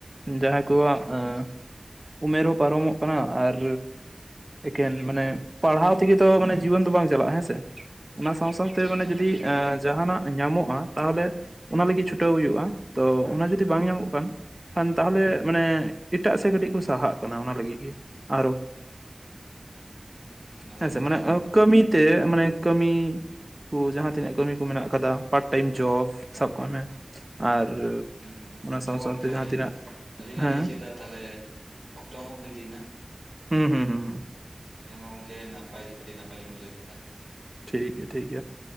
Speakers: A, on the right; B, on the right.
A: ᱡᱟᱦᱟᱸᱭ ᱠᱚᱣᱟᱜ ᱚᱻ ᱩᱢᱮᱨ ᱦᱚᱸ ᱯᱟᱨᱚᱢᱚᱜ ᱠᱟᱱᱟ, ᱟᱨ ᱮᱠᱮᱱ ᱢᱟᱱᱮ ᱯᱟᱲᱦᱟᱣ ᱛᱮᱜᱮ ᱛᱚ ᱢᱟᱱᱮ ᱡᱤᱭᱚᱱ ᱫᱚ ᱵᱟᱝ ᱪᱟᱞᱟᱜᱼᱟ, ᱦᱮᱸᱥᱮ? ᱚᱱᱟ ᱥᱟᱶ ᱥᱟᱶᱛᱮ
B: ᱮᱠᱫᱚᱢ
A: ᱢᱟᱱᱮ ᱡᱩᱫᱤ
B: ᱮ-
A: ᱮᱻ ᱡᱟᱦᱟᱸᱱᱟᱜ ᱧᱟᱢᱚᱜᱼᱟ ᱛᱟᱦᱚᱞᱮ ᱚᱱᱟ ᱞᱟᱹᱜᱤᱫ ᱪᱷᱩᱴᱟᱹᱣ ᱦᱩᱭᱩᱜᱼᱟ ᱛᱚ ᱚᱱᱟ ᱡᱩᱫᱤ ᱵᱟᱝ ᱧᱟᱢᱚᱜ ᱠᱷᱟᱱ᱾ ᱠᱷᱟᱱ ᱛᱟᱦᱚᱞᱮ ᱢᱟᱱᱮ ᱮᱴᱟᱜ ᱥᱮᱫ ᱠᱟᱹᱴᱤᱡ ᱠᱚ ᱥᱟᱦᱟᱜ ᱠᱟᱱᱟ ᱚᱱᱟ ᱞᱟᱹᱜᱤᱫ ᱜᱮ, ᱟᱨᱚ
B: ᱦᱩᱸ, ᱚᱱᱟ
A: ᱦᱮᱸᱥᱮ
B: ᱢᱟ ᱠᱟᱛᱷᱟ
A: ᱢᱟᱱᱮ <unintelligible>
B: ᱠᱟᱱ ᱜᱮ
A: ᱠᱟᱹᱢᱤᱛᱮ ᱢᱟᱱᱮ ᱠᱟᱹᱢᱤ᱾ ᱠᱚ ᱡᱟᱦᱟᱸ ᱛᱤᱱᱟᱹᱜ ᱠᱟᱹᱢᱤ ᱠᱚ ᱢᱮᱱᱟᱜ ᱠᱟᱫᱟ ᱯᱟᱨᱴ ᱴᱟᱭᱤᱢ ᱡᱚᱵᱽ ᱥᱟᱵ ᱠᱟᱜ ᱢᱮ᱾ ᱟᱨ
B: ᱦᱩᱸ
A: ᱚᱱᱟ
B: ᱛᱚ
A: ᱥᱟᱶ
B: ᱜᱚᱢᱠᱮ
A: ᱥᱟᱶᱛᱮ ᱡᱟᱦᱟᱸ ᱛᱤᱱᱟᱹᱜ
B: ᱟᱹᱞᱤᱧ ᱞᱤᱧ
A: ᱦᱮᱸ
B: ᱞᱟᱹᱭ ᱚᱪᱚᱭᱮᱫᱟ ᱛᱟᱦᱚᱞᱮ ᱚᱠᱛᱚ ᱦᱚᱸ ᱦᱩᱭ ᱤᱫᱤᱱᱟ ᱾
A: ᱦᱩᱸ ᱦᱩᱸ ᱦᱩᱸ ᱦᱩᱸ
B: ᱦᱮᱸᱢᱟ ᱜᱚᱝᱠᱮ ᱱᱟᱯᱟᱭ ᱟᱹᱰᱤ ᱱᱟᱯᱟᱭ ᱞᱤᱧ ᱵᱩᱡᱷᱟᱹᱣ ᱠᱮᱫᱟ ᱾
A: ᱴᱷᱤᱠ ᱜᱮᱭᱟ ᱴᱷᱤᱠ ᱜᱮᱭᱟ ᱾